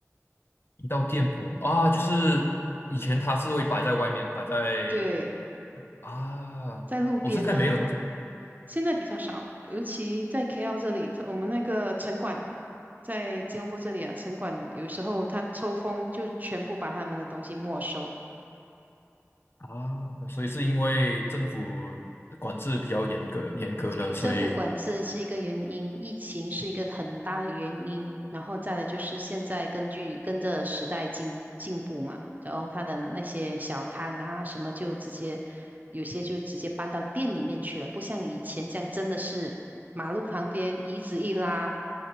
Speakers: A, on the left (about 50°); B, on the right (about 35°).
A: 一道店铺啊，就是以前它是会摆在外面，摆在
B: 对，
A: 啊，
B: 在路边呢，
A: 我、现在没有了吗？
B: 现在比较少，尤其在 KL 这里，它我们那个城管在吉隆坡这里啊，城管有时候他抽风就全部把他们的东西没收，
A: 啊，所以是因为政府管制比较严格，严格了，所以
B: 政府管制是一个原因，疫情是一个很大的原因，然后再来就是现在根据跟着时代进进步嘛，然后他的那些小摊啊什么就直接有些就直接搬到店里面去了，不像以前这样真的是马路旁边椅子一拉，